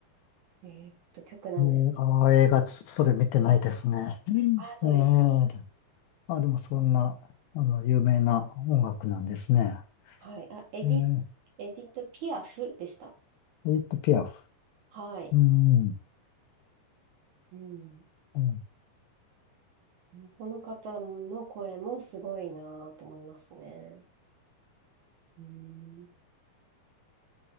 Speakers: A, on the right; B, on the left.
A: えーっと、曲なんですけど。
B: ええ、ああ、映画、それ見てないですね。
A: ああ、そうですか。
B: うんええあ、でもそんな、あの、有名な音楽なんですね。
A: はい。あ、エディ、
B: えー、エ
A: エディット・ピアフでした。
B: ディット・ピアフ。
A: はい。
B: うん。
A: うん。
B: うん。
A: この方の声もすごいなと思いますね。うん。